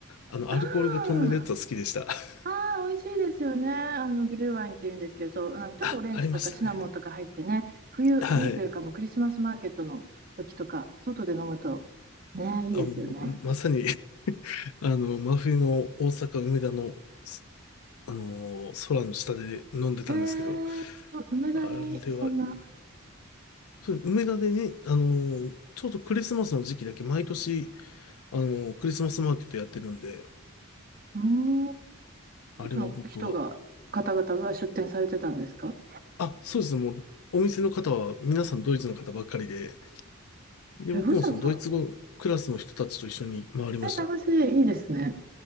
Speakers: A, on the left; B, on the right.
A: あのアルコールが飛んでるやつは好きでした。
B: あ
A: <laughs>
B: あ、ああ、美味しいですよね。あの、グリューワインって言うんですけど、そう、なんかちょっとオレンジとかシナモンとか入ってね、
A: あ、ありましたね。
B: 冬、冬というかもうクリスマスマーケットの時とか、
A: はい。
B: 外で飲むと、ね、いいですよね。
A: あ、もうまさに <laughs> あの真冬の大阪梅田の、すあのー空の下で飲んでたんですけど、
B: へえ、う梅田にそんうな、
A: あれは
B: ん
A: そう、梅田でね、あのーちょうどクリスマスの時期だけ毎年、あのークリスマスマーケットやってるんで、
B: うーん、ド
A: あれは僕は、
B: イツの人が、方々が出店されてたんですか
A: あ、そうですね、もう、お店の方は皆さんドイツの方ばっかりで、で、
B: え、
A: 僕もそのドイツ語クラスの人たちと一緒に回りました。
B: わざわざ、え、楽しい、いいですね。